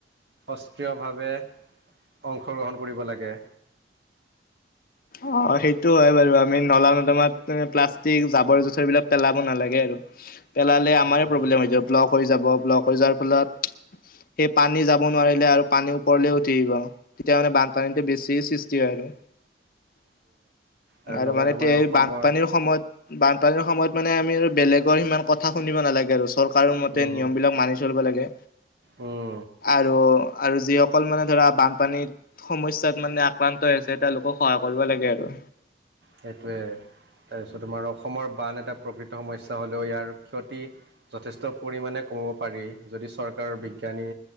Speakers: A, on the right (about 65°); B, on the left (about 50°).
A: অস্ত্ৰীয়ভাৱে অংশগ্ৰহণ কৰিব লাগে।
B: অ' সেইটো হয় বাৰু আমি নলা নদমাত প্লাষ্টিক জাবৰ জোথৰ এইবিলাক পেলাব নালাগে আৰু পেলালে
A: সেইটোৱে
B: আমাৰ প্ৰব্লেম হৈ যায় ব্লক হৈ যাব ব্লক হৈ যোৱাৰ ফলত সেই পানী যাব নোৱাৰিলে আৰু পানী ওপৰলে উঠি আহিব আৰু তেতিয়া মানে বানপানীটো বেছি সৃষ্টি হয়। আৰু
A: আৰু লগতে
B: মানে
A: তোমাৰ অসমৰ
B: বানপানীৰ সময়ত বানপানীৰ সময়ত মানে আমি আৰু বেলেগৰ সিমান কথা কথা শুনিব নালাগে আৰু চৰকাৰৰ মতে
A: উম
B: নিয়ম বিলাক মানি চলিব লাগে।
A: উম
B: আৰু আৰু যিসকল মানে ধৰা বানপানীত সমস্যাত মানে আক্ৰান্ত হৈ আছে এ তেওঁলোকক মানে সহায় কৰিব লাগে আৰু।
A: সেইটোৱেই তাৰপিছত তোমাৰ অসমৰ বান এটা প্ৰকৃত সমস্যা হ'লেও ইয়াৰ ক্ষতি যথেষ্ট পৰিমাণে কব পাৰি যদি চৰকাৰৰ বিজ্ঞানী